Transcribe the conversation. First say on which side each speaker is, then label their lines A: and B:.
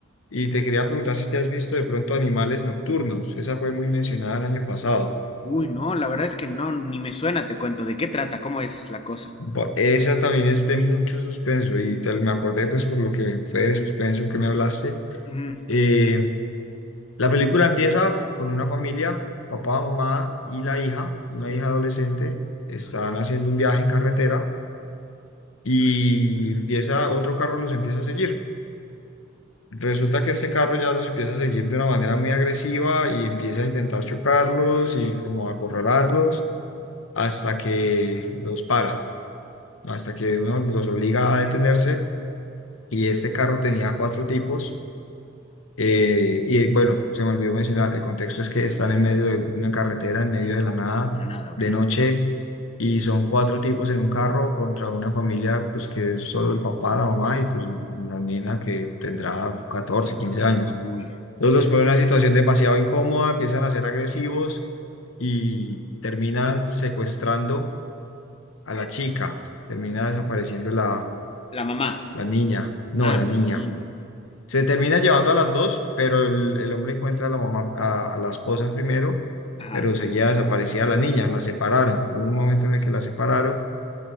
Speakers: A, on the left (about 75°); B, on the left (about 30°).
A: Y te quería preguntar si te has visto de pronto Animales Nocturnos. Esa fue muy mencionada el año pasado.
B: Uy, no, la verdad es que no, ni me suena, te cuento, ¿de qué trata? ¿Cómo es la cosa?
A: Ba- Esa también es de mucho suspenso, y te- me acordé pues por lo que fue de suspenso que me hablaste.
B: Mm,
A: Eh, La película empieza con una familia, papá, mamá y la hija, una hija adolescente, están haciendo un viaje en carretera y empieza otro carro los empieza a seguir. Resulta que este carro ya los empieza a seguir de una manera muy agresiva y empieza a intentar chocarlos y como a acorralarlos hasta que los para, hasta que uno los obliga a detenerse. Y este carro tenía cuatro tipos Eh, y bueno, se me olvidó mencionar, el contexto es que están en medio de una carretera, en medio de la nada,
B: de la nada, ok.
A: de noche, y son cuatro tipos en un carro contra una familia, pues que es solo el papá, la mamá y pues una nena que tendrá 14 15 años.
B: Uy.
A: Entonces los ponen en una situación demasiado incómoda, empiezan a ser agresivos y terminan secuestrando a la chica, termina desapareciendo la,
B: La mamá.
A: la niña, no,
B: Ah,
A: la
B: la
A: niña.
B: niña.
A: Se termina llevando a las dos, pero el, el hombre encuentra a la mamá, a, a la esposa primero,
B: Ajá.
A: pero seguía desaparecía la niña, la separaron. Hubo un momento
B: Wow.
A: en el que la separaron